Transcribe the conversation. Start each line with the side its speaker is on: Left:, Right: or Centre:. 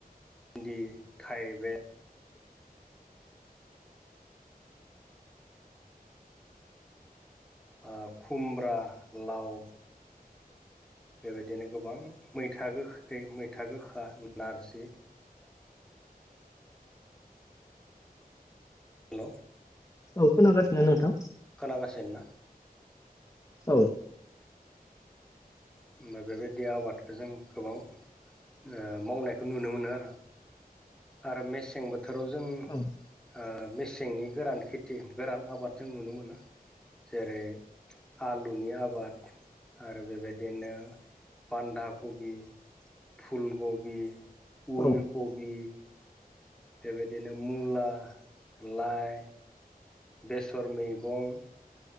Centre: भिन्दी, थाइबें ओ खुमब्रा, लाव बेबायदिनो गोबां मैथा गोखै, मैथा गोखा, नारजि हेल'
Left: औ खोनागासिनो नोंथां
Centre: खोनागासिनो ना?
Left: औ
Centre: होमबा बेबायदि आबादखौ जों गोबां ओ मावनायखौ नुनो मोनो आरो। आरो मेसें बोथोराव जों
Left: औ
Centre: ओ मेसेंनि गोरान खेथि गोरान आबाद जों नुनो मोनो। जेरै आलुनि आबाद आरो बेबायदिनो बान्दा कबि फुलकबि, उलकबि
Left: औ
Centre: बेबायदिनो मुला, लाइ बेसर मैगं